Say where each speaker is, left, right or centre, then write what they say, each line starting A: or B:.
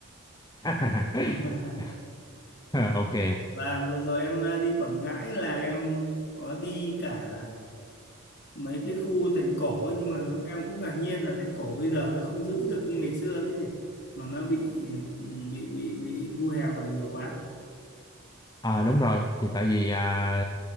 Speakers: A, on the left; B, on the left.
A: <laughs>
B: <laughs>
A: Ok.
B: và vừa rồi em ờ, đi Quảng Ngãi là em có đi cả mấy cái khu thành cổ ấy, nhưng mà em cũng ngạc nhiên là thành cổ bây giờ nó không giữ được như ngày xưa nữa nhỉ mà nó bị ừ, bị bị bị thu hẹp và nhiều quá
A: À, đúng rồi. Thì tại vì à,